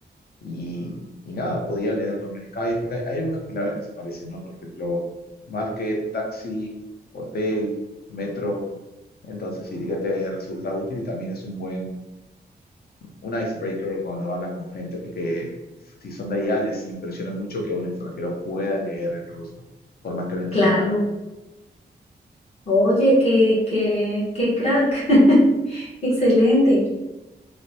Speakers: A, on the left (about 60°); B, on the left (about 35°).
A: y, y nada, podía leer nombres de calles, porque hay, hay algunas palabras que se parecen, ¿no? Por ejemplo, market, taxi, hotel, metro. Entonces sí que te resulta útil y también es un buen, un icebreaker cuando hablas con gente, porque si son de allá les impresiona mucho que un extranjero pueda leer en ruso, por más que no entienda
B: claro.
A: nada.
B: Oye, qué, qué, qué crack. <laughs> Excelente.